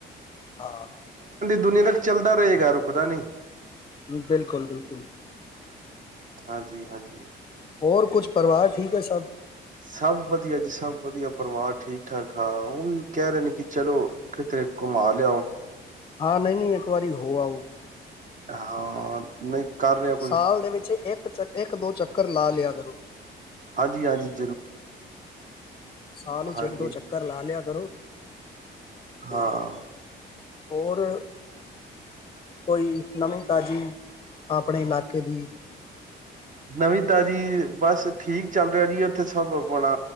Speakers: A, on the left (about 25°); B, on the right (about 40°).
A: ਹਾਂ <inaudible>
B: ਦੁਨੀਆਂ ਤੱਕ ਚੱਲਦਾ ਰਹੇਗਾ, ਰੁਕਦਾ ਨਹੀਂ।
A: ਬਿਲਕੁਲ- ਬਿਲਕੁਲ।
B: ਹਾਂਜੀ, ਹਾਂਜੀ।
A: ਹੋਰ ਕੁਛ ਪਰਿਵਾਰ ਠੀਕ ਹੈ ਸਭ।
B: ਸਭ ਵਧੀਆ ਜੀ ਸਭ ਵਧੀਆ, ਪਰਿਵਾਰ ਠੀਕ ਠਾਕ ਹਾਂ ਉਹ ਵੀ ਕਹਿ ਰਹੇ ਨੇ, ਕਿ ਚਲੋ ਕਿਤੇ ਘੁੰਮਾ ਲਿਆਓ।
A: ਹਾਂ ਨਹੀਂ-ਨਹੀਂ ਇੱਕ ਵਾਰੀਂ ਹੋ ਆਓ।
B: ਹਾਂ, ਨਹੀਂ ਕਰ ਰਿਹਾ ਕੋਈ
A: ਸਾਲ ਦੇ ਵਿੱਚ ਇੱਕ ਵਿੱਚ ਇੱਕ ਦੋ ਚੱਕਰ ਲਾ ਲਿਆ ਕਰੋ।
B: ਹਾਂਜੀ-ਹਾਂਜੀ।
A: ਸਾਲ ਵਿਚ
B: ਹਾਂਜੀ
A: ਇੱਕ ਦੋ ਚੱਕਰ ਲਾ ਲਿਆ ਕਰੋ। ਤੇ
B: ਹਾਂ
A: ਹੋਰ ਕੋਈ ਨਵੀਂ ਤਾਜ਼ੀ ਆਪਣੇ ਇਲਾਕੇ ਦੀ।
B: ਨਵੀਂ ਤਾਜ਼ੀ ਬਸ ਠੀਕ ਚੱਲ ਕੈਰੀ ਇੱਥੇ ਸਭ ਆਪਣਾ